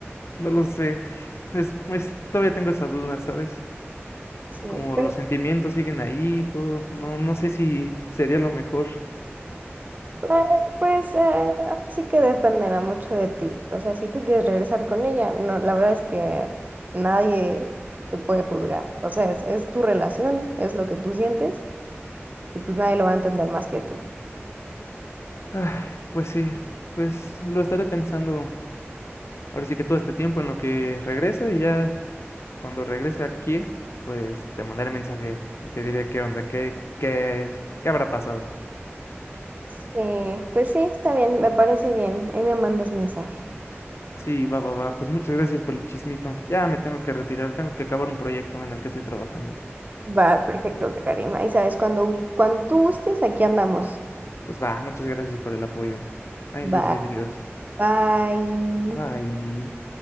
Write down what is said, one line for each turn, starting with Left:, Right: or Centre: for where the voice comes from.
Left: No lo sé. Es, pues todavía tengo esa duda, ¿sabes?
Right: Sí,
Left: Como
Right: pero
Left: los sentimientos siguen ahí, y todo. No, no sé si sería lo mejor.
Right: eh, pues eh, ahora sí que dependerá mucho de ti. O sea, si tú quieres regresar con ella, no, la verdad es que nadie te puede juzgar. O sea, es, es tu relación, es lo que tú sientes y pues nadie lo va a entender más que tú.
Left: Ah, pues sí, pues lo estaré pensando ahora sí que todo este tiempo en lo que regreso y ya cuando regrese aquí, pues te mandaré mensaje y te diré qué onda, qué, qué es, qué habrá pasado.
Right: Sí, pues sí, está bien, me parece bien. Ahí me mandas mensaje.
Left: Sí, va, va, va. Pues muchas gracias por el chismito. Ya me tengo que retirar, tengo que acabar un proyecto en el que estoy trabajando.
Right: Va, perfecto, Karima. Ahí sabes, cuando, cuando tú gustes, aquí andamos.
Left: Pues va, muchas gracias por el apoyo. Ahí
Right: Va.
Left: nos vidrios.
Right: Bye.
Left: Bye.